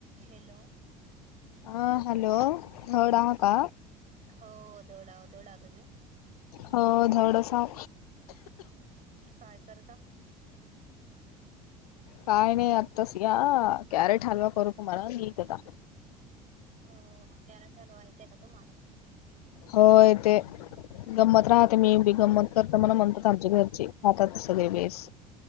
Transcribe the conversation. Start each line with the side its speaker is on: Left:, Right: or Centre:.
Right: Hello,
Left: हह hello, एवढा होता.
Right: हो, धवडा धवडा तुम्ही
Left: हो, थोडसं
Right: काय करता?
Left: काय नाही. आताच या कॅरेट हलवा करतो तुम्हाला मी एकदा
Right: हो, कॅरेट हलवा येतेय का तुम्हाला?
Left: होय, ते गंमत राहते. मी बी गंमत करते मला म्हणतात. आमच्या घरचे राहतात सगळे बेस.